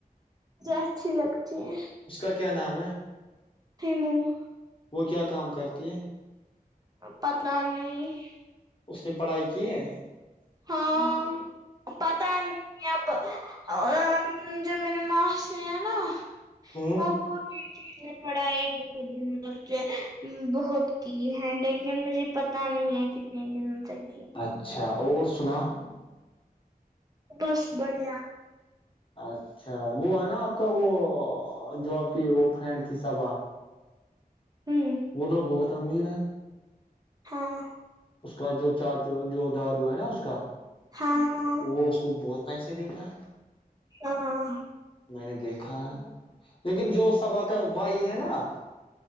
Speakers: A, on the right; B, on the left.
A: اچھی لگتی ہے
B: اس کا کیا نام ہے <unintelligible>
A: تھمو <unintelligible>
B: وہ کیا کام کرتی ہے <unintelligible>
A: پتلا نہیں <unintelligible>
B: اس نے پڑھائی کی ہے
A: ہاں
B: ہ <unintelligible>
A: پتا نہیں اب ا جو م نے ماں سے ہیں نا
B: ہاں
A: وہ ب <unintelligible>
B: <inaudible>
A: پڑھائی بہت دن تک بہت کی ہے لیکن مجھے پتا نہیں ہے کہ <unintelligible> نہیںین دن سے <unintelligible>
B: اچھا اور سنا <unintelligible>
A: بس بڑھیا
B: اچھا وہ ہے نا آپ کا وہ جو آپ کی وہ فرینڈ کی سبا <unintelligible>
A: ہوں
B: وہ لوگ بہت امیر ہے
A: ہاں
B: اس کا جو چاچا جو دادو ہے نا اس کا
A: ہاں ہاں
B: وہ اس کو بہت پینس د کا
A: ہاں <unintelligible>
B: میں نے دیکھا ہے لیکن جو سبا کا بھائی ہے نا <unintelligible>